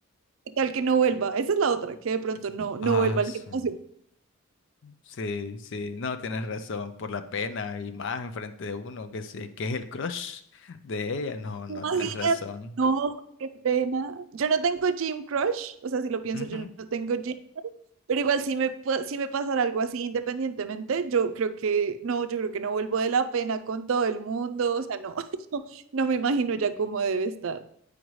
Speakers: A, on the right; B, on the left.
A: ¿Qué tal que no vuelva? Esa es la otra, que de pronto no, no
B: Ah,
A: vuelva al
B: sí.
A: gimnasio.
B: Sí, sí, no, tienes razón, por la pena y más enfrente de uno que se, que es el crush de ella, no, no,
A: Imagínate,
B: tienes razón.
A: no, qué pena. Yo no tengo gym crush, o sea, si lo pienso,
B: Ujú.
A: yo no tengo gym, pero igual si me, pa- si me pasara algo así independientemente, yo creo que no, yo creo que no vuelvo de la pena con todo el mundo, o sea, no, <laughs> no, no me imagino ya cómo debe estar.